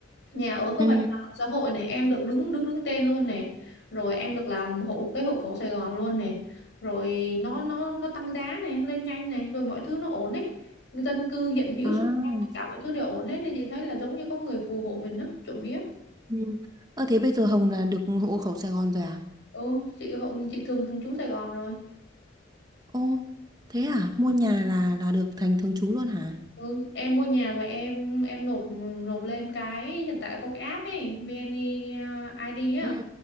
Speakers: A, on the left; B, on the right.
A: nhà ở không
B: ừ
A: phải nhà ở xã hội này em được đứng đứng đứng tên luôn này rồi em được làm hộ cái hộ khẩu Sài Gòn luôn này rồi nó nó nó tăng giá này lên nhanh này rồi mọi thứ nó ổn ấy dân cư hiện hữu
B: à
A: xung quanh tất cả mọi thứ đều ổn hết nên chị thấy là giống như có người phù hộ mình đó trộm vía
B: ừ ơ thế bây giờ Hồng là được hộ khẩu Sài Gòn rồi à
A: ừ chị hộ chị thường thường trú Sài Gòn rồi
B: ô thế à mua nhà là là được thành thường trú luôn hả
A: Ừ, em mua nhà rồi em em nộp nộp lên cái hiện tại có cái app ấy VNeID á
B: ừ